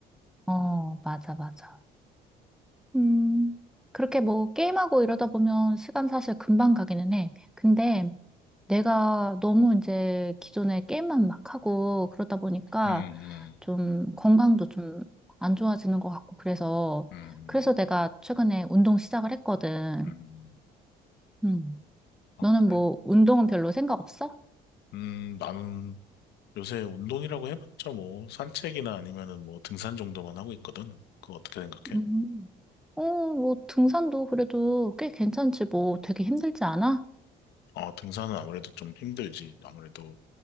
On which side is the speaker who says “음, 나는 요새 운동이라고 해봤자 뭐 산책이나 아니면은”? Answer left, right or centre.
Left